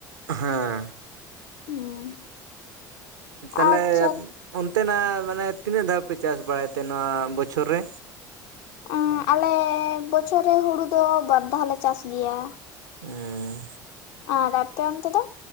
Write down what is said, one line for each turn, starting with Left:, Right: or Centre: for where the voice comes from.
Right: ᱦᱮᱸ
Left: ᱦᱩᱸ
Right: ᱛᱟᱞᱦᱮ
Left: ᱟᱪᱪᱷᱟ
Right: ᱚᱱᱛᱮᱱᱟᱜ ᱢᱟᱱᱮ ᱛᱤᱱᱟᱹᱜ ᱫᱷᱟᱣ ᱯᱮ ᱪᱟᱥ ᱵᱟᱲᱟᱭ ᱛᱮ ᱱᱚᱣᱟ ᱵᱚᱪᱷᱚᱨ ᱨᱮ
Left: ᱮᱸᱻ ᱟᱞᱮᱻ ᱵᱚᱪᱷᱚᱨ ᱨᱮ ᱦᱩᱲᱩ ᱫᱚ ᱵᱟᱨ ᱫᱷᱟᱣ ᱞᱮ ᱪᱟᱥ ᱜᱮᱭᱟ᱾
Right: ᱦᱩᱸᱻ
Left: ᱟᱨ ᱨᱯᱮ ᱚᱱᱛᱮ ᱫᱚ